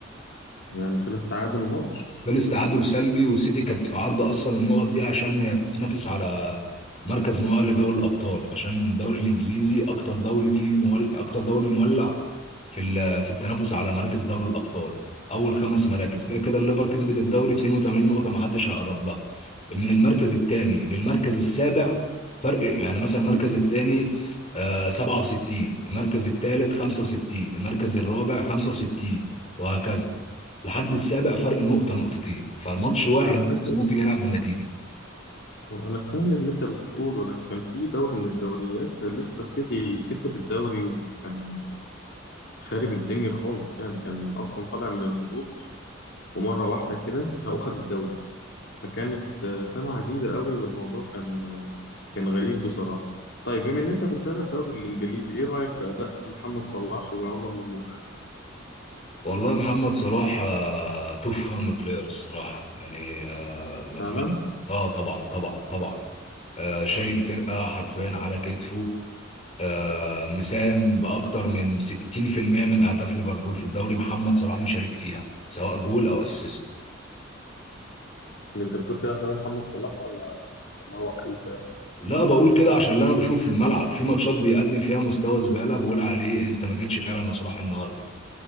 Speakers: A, on the left; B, on the left.
A: يعني خلص تعادل الماتش
B: خلص تعادل سلبي والسيتي كانت في عرض اصلا النقط دي عشان هي بتتنافس على مركز مؤهل لدوري الابطال عشان الدوري الانجليزي اكتر دوري فيه مول... اكتر دوري مولع في ال... في التنافس على مراكز دوري الابطال اول خمس مراكز
A: مم.
B: كده كده الليفر كسبت الدوري 82 نقطه ما حدش هيقرب لها من المركز الثاني للمركز السابع فرق يعني مثلا المركز الثاني آه 67 المركز الثالث 65 المركز الرابع 65 وهكذا لحد السابع فرق نقطة نقطتين فالماتش واحد
A: انا فاكر
B: بس ممكن يلعب بالنتيجة
A: هو أنا فاهم اللي أنت بتقوله أنا كان في دوري من الدوريات ليستر سيتي كسب الدوري وكان خارب الدنيا خالص يعني كان أصلا طالع من الهبوط ومرة واحدة كده لقوا خد الدوري فكانت آه، سنة عجيبة قوي والموضوع كان آه، كان غريب بصراحة طيب بما إن أنت بتتابع الدوري الإنجليزي إيه رأيك في أداء محمد صلاح وعمر مرموش؟
B: والله محمد صلاح آه، توب فورم بلاير الصراحة يعني آه، مفيش
A: فعلا؟
B: اه طبعا طبعا طبعا آه، شايل فرقة حرفيا على كتفه آه، مساهم بأكتر من 60% من أهداف ليفربول في الدوري محمد صلاح مشارك فيها سواء جول أو أسيست
A: أنت بتقول كده عشان محمد صلاح ولا ولا هو حقيقة؟
B: لا بقول كده عشان اللي أنا بشوف في الملعب في ماتشات بيقدم فيها مستوى زبالة بقول عليه أنت ما جيتش فعلا لصلاح النهاردة